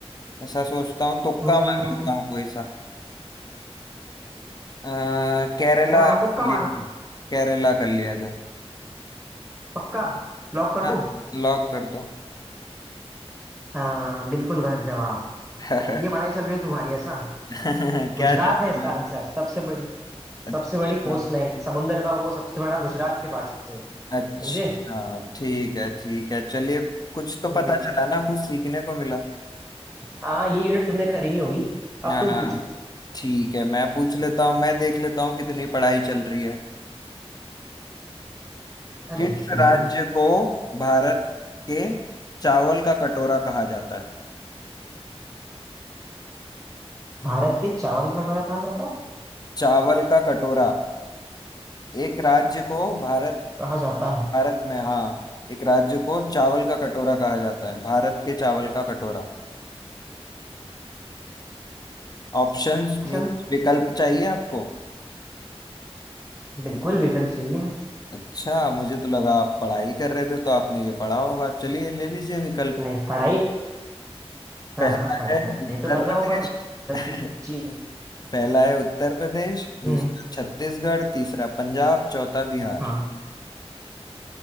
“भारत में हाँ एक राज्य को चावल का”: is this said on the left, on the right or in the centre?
Left